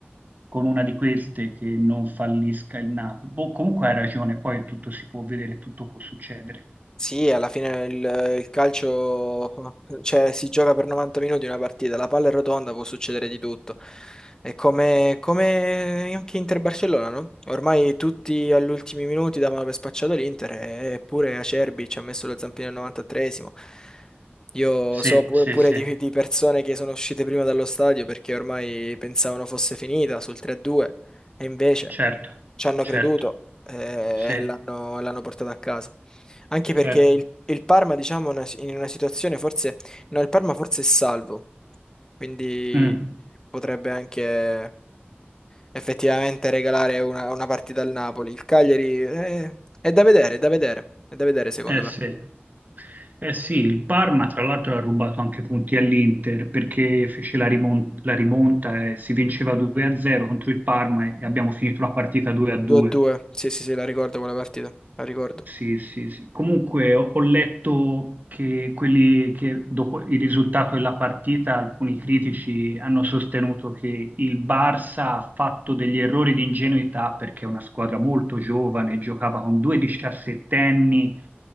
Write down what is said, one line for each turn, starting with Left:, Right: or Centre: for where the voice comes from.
Right: con una di queste che non fallisca il Napoli. Boh, comunque hai ragione, poi tutto si può vedere, tutto può succedere.
Left: Sì, alla fine il, il calcio, <laughs> cioè, si gioca per 90 minuti una partita, la palla è rotonda, può succedere di tutto. È come, come anche Inter-Barcellona, no? Ormai tutti agli ultimi minuti davano per spacciato l'Inter, eppure Acerbi ci ha messo lo zampino al 93esimo. Io
Right: Sì,
Left: so pure,
Right: sì,
Left: pure
Right: sì,
Left: di, di persone che sono uscite prima dallo stadio perché ormai pensavano fosse finita sul 3-2, e invece
Right: certo,
Left: ci hanno
Right: certo,
Left: creduto eh,
Right: sì,
Left: e l'hanno l'hanno portato a casa. Anche perché
Right: certo.
Left: il, il Parma, diciamo, è una- in una situazione forse... No, il Parma forse è salvo, quindi
Right: Mm,
Left: potrebbe anche effettivamente regalare una, una partita al Napoli. Il Cagliari eh, è da vedere, è da vedere, è da vedere secondo
Right: Eh sì.
Left: me.
Right: Eh sì, il Parma tra l'altro ha rubato anche punti all'Inter perché fece la rimon- la rimonta, e si vinceva 2-0 contro il Parma e abbiamo finito la partita 2-2.
Left: 2-2, sì, sì, sì, la ricordo quella partita, la ricordo.
Right: Sì, sì, sì. Comunque ho, ho letto che quelli che dopo il risultato della partita, alcuni critici hanno sostenuto che il Barça ha fatto degli errori di ingenuità perché è una squadra molto giovane, giocava con due diciassettenni,